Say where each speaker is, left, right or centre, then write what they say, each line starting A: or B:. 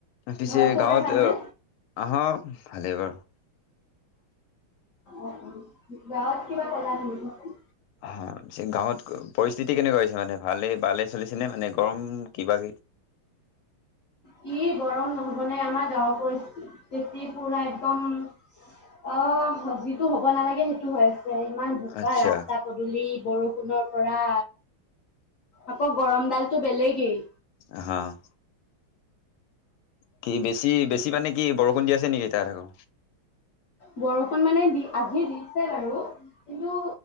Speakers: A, on the left (about 85°); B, on the left (about 65°).
A: পিছে
B: ঘৰত চবৰে
A: গাঁৱত
B: ভালনে?
A: আহা। ভালে বাৰু।
B: অ', গাঁৱত কিবা ক'লা <unintelligible>
A: অহ', পিছে গাঁৱত পৰিস্থিতি কেনেকুৱা হৈছে? মানে ভালে বালে চলিছে নে? মানে গৰম কিবা
B: কি গৰম নহ'বনে, আমাৰ গাঁৱৰ পৰিস্থিতি পূৰা একদম অ', যিটো হ'ব নালাগে সেইটো হৈ আছে। ইমান বোকা
A: আচ্ছা
B: ৰাস্তা পদূলি বৰষুণৰ পৰা। আকৌ গৰম ডালটো বেলেগেই।
A: অহ'। কি বেছি বেছি মানে কি বৰষুণ দি আছে নেকি তাত আকৌ?
B: বৰষুণ মানে দি আজি দিছে বাৰু। কিন্তু